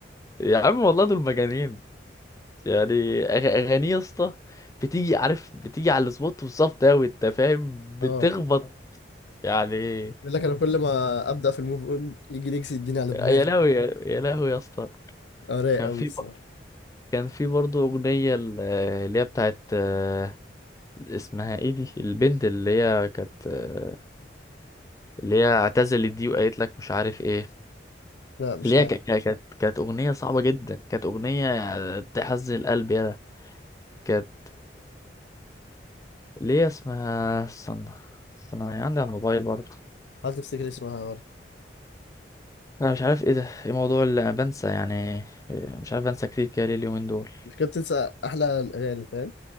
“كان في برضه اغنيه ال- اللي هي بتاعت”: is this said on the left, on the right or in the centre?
Left